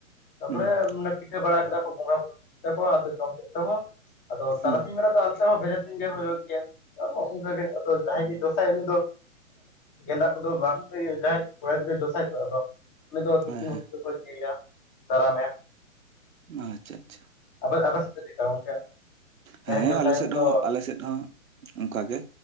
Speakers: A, on the left; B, on the right.
A: ᱛᱟᱯᱚᱨᱮ
B: ᱦᱩᱸ
A: ᱯᱤᱴᱷᱟᱹ ᱵᱟᱲᱟ ᱠᱮᱫᱟ ᱠᱚ ᱵᱚᱸᱜᱟ ᱠᱮᱫᱟᱠᱚ ᱟᱫᱚ ᱡᱚᱢ ᱠᱮᱫ ᱛᱮᱵᱚᱱ ᱟᱫᱚ
B: ᱦᱩᱸ
A: ᱛᱟᱨᱟᱥᱤᱧ ᱵᱮᱲᱟ ᱫᱚ ᱟᱞᱮ ᱥᱮᱫ ᱦᱚᱸ ᱵᱷᱮᱡᱟ ᱛᱩᱧ ᱜᱮ ᱦᱩᱭᱩᱜ ᱜᱮᱭᱟ ᱟᱫᱚ ᱡᱟᱦᱟᱸᱭ ᱜᱮ ᱡᱚᱥᱟᱭ ᱩᱱᱤ ᱫᱚ ᱜᱮᱸᱫᱟᱜ ᱠᱚᱫᱚ ᱵᱟᱝ ᱡᱟᱦᱟᱸᱭ ᱠᱚᱲᱟ ᱜᱤᱫᱽᱨᱟᱹ ᱡᱚᱥᱟᱭ ᱛᱚ ᱟᱫᱚ ᱩᱱᱤ ᱫᱚ ᱫᱷᱩᱛᱤ
B: ᱦᱮᱸ
A: ᱢᱩᱛᱤ
B: ᱦᱮᱸ
A: ᱛᱮᱠᱚ ᱤᱭᱟᱹᱭᱟ ᱫᱟᱨᱟᱢᱮᱭᱟ
B: ᱟᱪᱪᱷᱟ ᱟᱪᱪᱷᱟ
A: ᱟᱯᱮ ᱥᱮᱫ ᱫᱚ ᱪᱮᱫᱠᱟ ᱜᱚᱝᱠᱮ ᱡᱟᱦᱟᱸᱭ
B: ᱦᱮᱸ
A: ᱡᱚᱥᱟᱭ
B: ᱟᱞᱮ ᱥᱮᱫ
A: ᱩᱱᱤ ᱫᱚ
B: ᱦᱚᱸ ᱟᱞᱮ ᱥᱮᱫ ᱦᱚᱸ ᱚᱱᱠᱟᱜᱮ